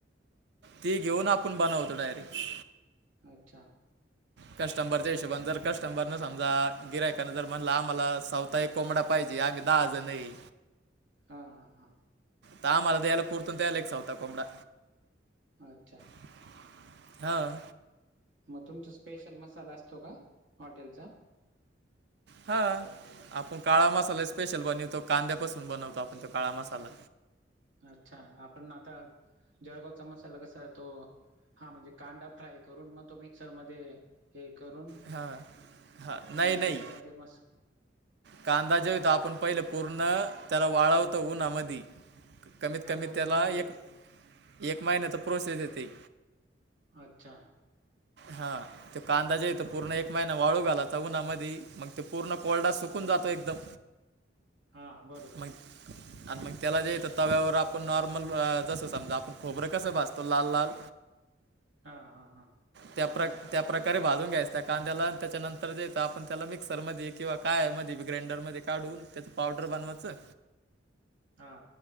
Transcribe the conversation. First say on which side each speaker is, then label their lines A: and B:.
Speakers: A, on the right; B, on the right.
A: ती घेऊन आपण बनवतो डायरेक्ट.
B: अच्छा.
A: कस्टंबरच्या हिशोबने जर कस्टंबरन समजा गिरायकन जर म्हणला आमला सावता ऐक कोंबडा पाहिजे आम्ही दहाजन ये.
B: हा-हा-हा.
A: त आम्हाला द्याला पुरतून त्याले एकसवता कोंबडा.
B: अच्छा.
A: <unintelligible> हा.
B: मग तुमचा स्पेशल मसाला असतो का हॉटेलचा?
A: हा आपण काळा मसाला स्पेशल बनवितो कांद्यापासून बनवतो आपण तो काळा मसाला.
B: अच्छा आपण आता. जळगावचा मसाला कसा जातो हा म्हणजे कांदा फ्राय करून मग तो मिक्सरमध्ये. हे करून
A: हा हा नाही
B: मग
A: नाही
B: त्याच्यामध्ये मस
A: कांदा जोतो आपण पहिलं पूर्ण त्याला वाळवतो उन्हा मधी. कमीत
B: अच्छा
A: कमी
B: उन्हामध्ये
A: त्याला एक-एक महिन्याचा प्रोसेस ते.
B: अच्छा.
A: हा. तो कांदा जे तो पूर्ण एक महिना वाळू घालाचा उन्हा मधी मग ते पूर्ण कोल्डा सुकून जातो एकदम.
B: हां बरोबर
A: <unintelligible> आणि मग त्याला जे त तव्यावर आपण नॉर्मल जसं समजा आपण खोबरं कसं भासतो लाल-लाल.
B: हा-हा-हा.
A: त्या प्रकारे भाजून घ्यायच त्या कांद्याला त्याच्यानंतर जेत आपण त्याला मिक्सरमध्ये किंवा काय आहे मध्ये ग्राइंडरमध्ये काढून त्याच पावडर बनवायचं
B: हा.